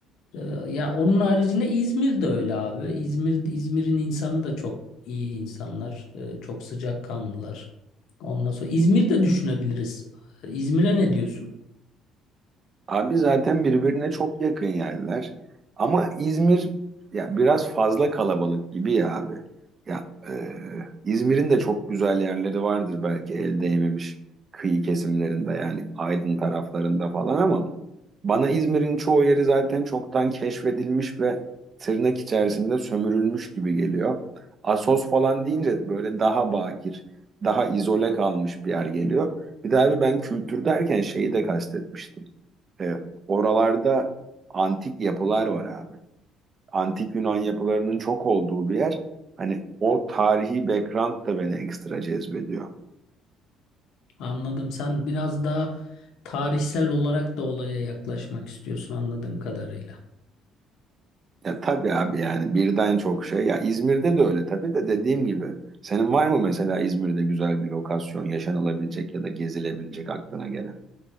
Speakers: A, on the left; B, on the right.
A: Ee, Ya onun haricinde İzmir de öyle abi. İzmir İzmir'in insanı da çok iyi insanlar, e, çok sıcakkanlılar. Ondan sonra İzmir'de düşünebiliriz. Ee, İzmir'e ne diyorsun?
B: Abi zaten birbirine çok yakın yerler. Ama İzmir ya biraz fazla kalabalık gibi ya abi. Ya e, İzmir'in de çok güzel yerleri vardır belki el değmemiş kıyı kesimlerinde yani Aydın taraflarında falan ama Bana İzmir'in çoğu yeri zaten çoktan keşfedilmiş ve tırnak içerisinde sömürülmüş gibi geliyor. Assos falan deyince böyle daha bakir, daha izole kalmış bir yer geliyor. Bir de abi ben kültür derken şeyi de kastetmiştim. E, oralarda antik yapılar var abi. Antik Yunan yapılarının çok olduğu bir yer. Hani o tarihi background da beni ekstra cezbediyor.
A: Anladım. Sen biraz daha tarihsel olarak da olaya yaklaşmak istiyorsun anladığım kadarıyla.
B: Ya tabii abi yani birden çok şey. Ya İzmir'de de öyle tabii de dediğim gibi. Senin var mı mesela İzmir'de güzel bir lokasyon yaşanılabilecek ya da gezilebilecek aklına gelen?